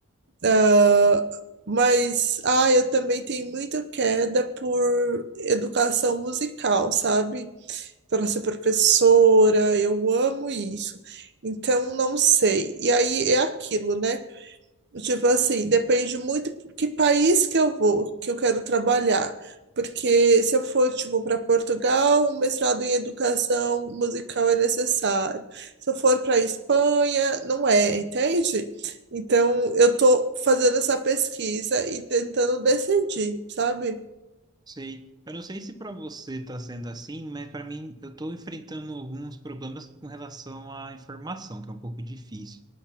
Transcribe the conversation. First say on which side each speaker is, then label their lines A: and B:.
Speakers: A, on the right; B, on the right.
A: Ah, mas, ah, eu também tenho muita queda por educação musical, sabe? Para ser professora, eu amo isso. Então, não sei. E aí é aquilo, né? Tipo assim, depende muito que país que eu vou, que eu quero trabalhar. Porque se eu for, tipo, para Portugal, um mestrado em educação musical é necessário. Se eu for para Espanha, não é, entende? Então, eu tô fazendo essa pesquisa e tentando decidir, sabe?
B: Sei. Eu não sei se para você está sendo assim, mas para mim eu estou enfrentando alguns problemas com relação à informação, que é um pouco difícil.